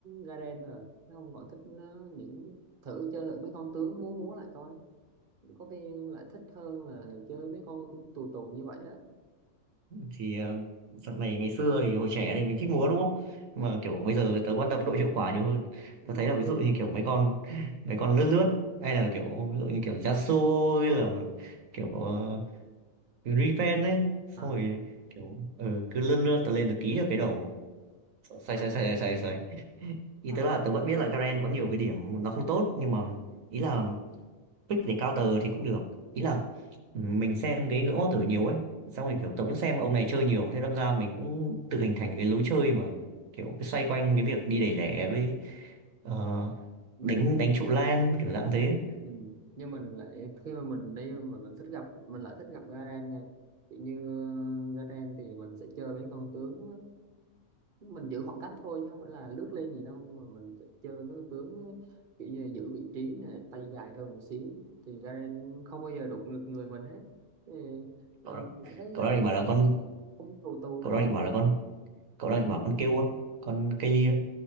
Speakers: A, on the right; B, on the right.
A: Garen thôi à Chứ không còn thích nó- những thử chơi thử mấy con tướng múa múa lại coi có khi lại thích hơn là chơi mấy con tù tù như vậy á
B: thì ờ, dạo này ngày xưa thì hồi trẻ thì mình thích múa đúng không
A: ừ
B: nhưng mà kiểu bây giờ tớ quan tâm độ hiệu quả nhiều hơn
A: đúng
B: tớ
A: rồi
B: thấy là ví dụ như kiểu mấy con mấy con lướt lướt hay là kiểu ví dụ như kiểu Yasuo hay là kiểu uh, Riven ấy xong
A: à
B: rồi kiểu ừ, cứ lướt lướt tớ lên tớ ký được cái đầu sai
A: à,
B: sai sai sai sai ý
A: à.
B: tớ là tớ vẫn biết là Garen có nhiều cái điểm nó không tốt nhưng mà ý là pick để counter thì cũng được ý là mình xem cái ngưỡng hoàng tử nhiều ấy xong
A: ừ.
B: rồi kiểu tôi cũng xem ông này chơi nhiều thế đâm ra mình cũng tự hình thành cái lối chơi mà kiểu cái xoay quanh cái việc đi đẩy lẻ với ờ,
A: ừ.
B: đánh đánh trụ lan kiểu dạng thế
A: Ừ. Nhưng mình lại khi mà mình đi mà mình thích gặp mình lại thích gặp Garen nha kiểu như ờ, Garen thì mình sẽ chơi mấy con tướng ờ, mình giữ khoảng cách thôi chứ không phải là lướt lên gì đâu nhưng mà mình sẽ chơi mấy con tướng kiểu như giữ vị trí nè tay dài hơn một xíu thì Garen không bao giờ đụng được người mình hết thì mình
B: cậu đó
A: lại thấy
B: cậu
A: Garen
B: đang định bảo là con
A: không tù tù
B: cậu
A: hết
B: đang định bảo là con cậu đang định bảo con kêu không con cây lia